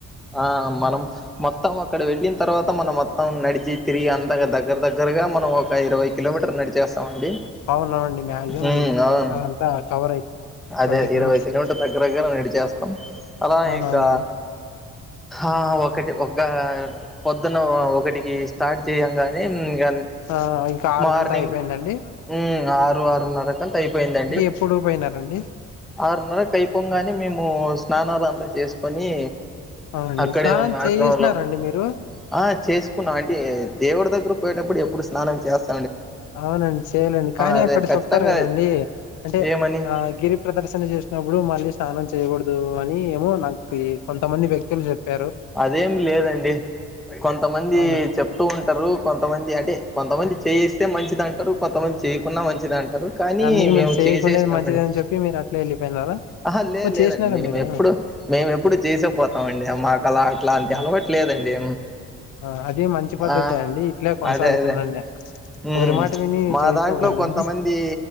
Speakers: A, in the centre; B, on the left.
A: ఆహ్ మనం మొత్తం అక్కడ వెళ్ళిన తర్వాత మనం మొత్తం నడిచి తిరిగి అంతగా దెగ్గర దెగ్గ. దగ్గరగా మనం ఒక ఇరవై కిలోమీటర్ నడిచేస్తామండి.
B: అవునవునండి మాక్సిమం
A: ఉమ్ అవును
B: అదంతా కవర్ అయితది
A: అదే
B: ట్వంటీ కిలోమీటర్స్
A: ఇరవై కిలోమీటర్ దెగ్గర దెగ్గర నడిచేస్తాం. అలా
B: అవునవునండి
A: ఇంకా. ఆహ్ ఒకటి బుగ్గ పొద్దున ఒకటికి స్టార్ట్ చేయంగానే ఇంగ.
B: ఆహ్ ఇంకా ఆరుకంతా
A: మార్నింగ్
B: అయిపోయిందంటే.
A: ఉమ్ ఆరు ఆరున్నరకంతా అయిపోయిందండి.
B: ఎప్పుడు పోయినారండి
A: ఆరున్నరకి ఐపొంగానే మేము స్నానాలు అంతా చేసుకొని.
B: అవునండి
A: అక్కడే
B: స్నానం
A: ఉన్న ఆశ్రమంలో
B: చేసినారండి మీరు
A: ఆహ్ చేసుకున్నాం అంటే దేవుడి దెగ్గర. పోయేటప్పుడు ఎప్పుడు స్నానం చేస్.
B: అవునండి చేయలండి కానీ
A: అదే
B: అక్కడ
A: ఖచ్చితంగా
B: చెప్తారు గదండి అంటే
A: ఏమని
B: ఆహ్ గిరి ప్రదర్శన చేస్. సినప్పుడు మళ్ళీ స్నానం చేయకూడదు అని ఏమో నాకి కొంతమంది వ్యక్తులు చెప్పా
A: అదేమి లేదండి కొంతమంది
B: అవునా
A: చెప్తూ ఉంటరు కొంతమంది అంటే కొంతమంది చేస్ స్తె మంచిది అంటరు కొంతమంది చేయకున్నా మంచిది అన్ కానీ
B: అందుకే మీరు
A: మేము
B: చేయకుండేది
A: చేసేస్నామండి.
B: మంచిది అని చెప్పి మీరు అట్లా వెళ్ళిపోయినారా
A: ఆహా లేద్
B: ఓ
A: లేదండి
B: చేసినారా
A: మేమోప్పుడు.
B: మీరు
A: మేమోప్పుడు చేసే పోతామండి మాకు అలా అట్లాంటి
B: ఆ
A: అలవాట్లేదండి.
B: ఆ అది మంచి పద్ధతే
A: ఆహ్
B: అండి ఇట్లే కొనసాగుతుండండి
A: అదే అదే. మ్
B: ఒకరి మాట విని
A: మా
B: చెడిపోకండి
A: దాంట్లో కొంతమంది